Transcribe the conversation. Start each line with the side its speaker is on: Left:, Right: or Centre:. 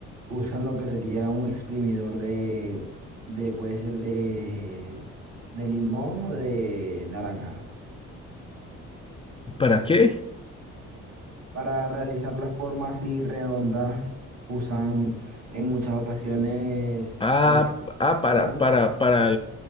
Right: usan lo que sería un exprimidor de, de puede ser de, de limón o de naranja.
Left: ¿Para qué?
Right: Para realizar las formas así redondas, usan en muchas ocasiones
Left: Ah,
Right: el exp-
Left: ah para,
Right: Molde.
Left: para, para,